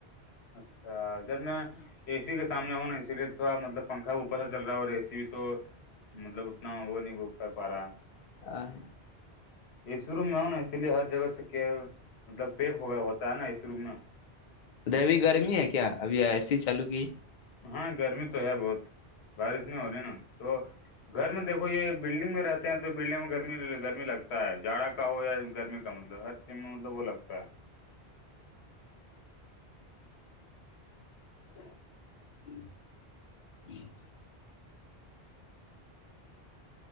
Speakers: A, on the left; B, on the left.
A: اچھا جب میں اے سی کے سامنے ہوں نا اسی لیے تھوڑا مطلب پنکھا اوپر سے چل رہا ہے اور اے سی بھی تو مطلب اتنا وہ نہیں ب کر پا رہا ہے
B: <unintelligible>
A: یہ شرو میں ہو نا اسی لیے ہر جگہ سے کیا مطلب پیک ہو گیا ہوتا ت نا اس روک میں
B: ا ابھی گرمی ہے کیا ابھی ایسی چالو کی
A: ہاں گرمی تو ہے بہت بارش نہیں ہو رہی نا تو گھر میں دیکو یہ بلڈنگ میں رہتے ہیں تو بلڈنگ میں گرمی گرمی لگتا ہے جاڑا کا ہو یا گرمی کا مطلب ہر چیز میں مطلب وہ لگتا ہے <inaudible>
B: <inaudible>